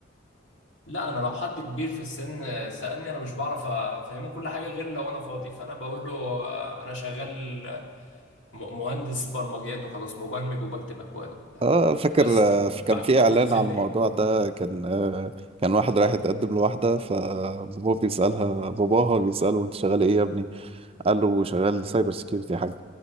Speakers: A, on the left; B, on the right.
A: لا انا لو حد كبير في السن سألني انا مش بعرف أ- افهمه كل حاجه غير لو انا فاضي فانا بقول له آه، انا شغال م- مهندس برمجيات وخلاص مبرمج وبكتب اكواد وبتاع
B: اه فاكر
A: بس
B: آه،
A: لكن
B: في-
A: مش
B: كان
A: بحكي
B: في
A: له
B: اعلان
A: التفاصيل
B: على الموضوع
A: دي
B: ده كان آه، كان واحد رايح يتقدم لواحده فباباه بيسالها باباها بيساله انت شغال ايه يا ابني قال له شغال سايبر سيكيورتي يا حاج